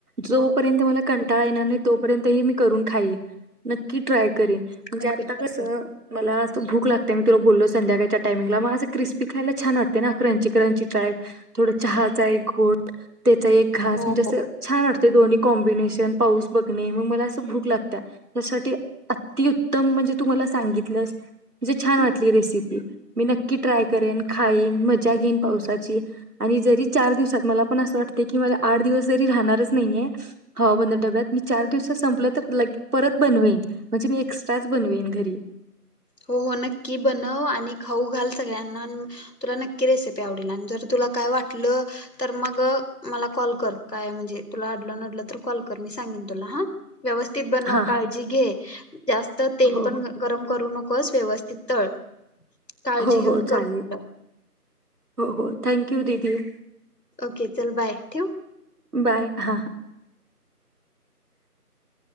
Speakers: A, on the right; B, on the left.
A: जोपर्यंत
B: हो
A: मला कंटाळा येणार नाही तोपर्यंतही मी करून खाईन. नक्की ट्राय करेन
B: नक्की
A: म्हणजे आता
B: नक्की
A: कसं
B: कर
A: मला भूक लागते मी तुला बोललो संध्याकाळच्या टाइमिंगला मग अस किस्पी खायला छान वाटते ना क्रंची क्रंची ट्राय थोडं चहाचा एक घोट त्याचा एक घास
B: हो
A: म्हणजे असं छान वाटते दोन्ही कॉम्बिनेशन पाऊस बघणे मग मला असं भूक लागत्या त्यासाठी अतिउत्तम म्हणजे तू मला सांगितलंस म्हणजे छान
B: हो
A: वाटली रेसिपी मी नक्की ट्राय करेन. खाईन मजा घेईन पावसाची आणि जरी चार दिवसात मला पण असं वाटते की मला आठ दिवस जरी राहणारच नाहीये हवा बंद डब्यात मी चार दिवसात संपलं तर लग परत बनवेन म्हणजे मी एक्स्ट्राच बनवेन घरी.
B: हो हो नक्की बनव आणि खाऊ घाल सगळ्यांना तुला नक्की रेसिपी आवडेल आणि जर तुला काय वाटलं तर मग मला कॉल कर काय म्हणजे तुला अडलं नडलं तर कॉल कर मी सांगीन तुला. हा व्यवस्थित बनव
A: हा
B: काळजी
A: हा
B: घे. जास्त तेल
A: हो
B: पण
A: हो
B: गरम करू नको बस व्यवस्थित तळ. काळजी
A: हो
B: घेऊन
A: हो
B: कर
A: चालेल
B: तेवढ.
A: हो हो थँक दीदी.
B: ओके चल बाय ठेवु.
A: बाय. हा हां <inaudible>